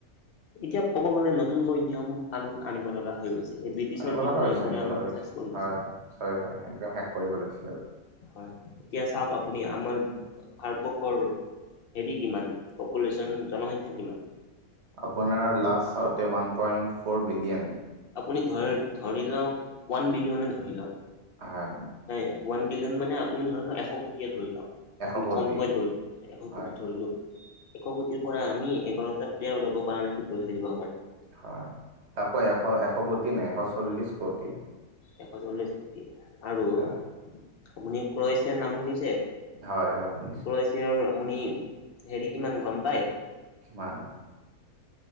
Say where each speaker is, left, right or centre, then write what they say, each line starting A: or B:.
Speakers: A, on the left; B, on the right.
A: এতিয়া ক'ব গ'লে নতুনকৈ নিয়ম কানুন আনিব লগা হৈ গৈছে এই ব্ৰিটিছৰ
B: আনিব
A: দিনৰ
B: লগা হৈছে
A: এইবোৰে
B: আনিব
A: আমাক
B: লগা হৈছে
A: চেচ কৰি
B: হয়
A: দিছে।
B: হয় হয় হয় একদম শেষ কৰিব লৈছে আৰু
A: হয় এতিয়া চাওক আপুনি আমাৰ ভাৰতবৰ্ষৰ হেৰি কিমান পপুলেশ্যন জনসংখ্যা কিমান
B: আপোনাৰ লাষ্ট চাওঁতে ওৱান পইণ্ট ফ'ৰ বিলিয়ন
A: আপুনি ধৰি লওক ওৱান বিলিয়নে ধৰি লওঁক
B: হয়
A: হয় ওৱান বিলিয়ন মানে আপুনি ধৰি লক এশ কোটিয়ে ধৰি লওক
B: এশ
A: আমি
B: কোটি
A: কমটোৱাই ধৰি এশ
B: হয়
A: কোটিত ধৰিলো এশ কোটিৰ পৰা আমি এঘাৰটা প্লেয়াৰ ওলাব পৰা নাই ফুটবল খেলিব
B: হয় তাকো এশ এশ কোটি নে এশ চল্লিশ কোটি
A: এশ চল্লিশ কোটি আৰু
B: হয়
A: আপুনি ক্ৰয়েছিয়াৰ নাম শুনিছে
B: হয় হয় শুনিছো
A: ক্ৰয় আৰু আপুনি হেৰি কিমান গম পাই
B: কিমান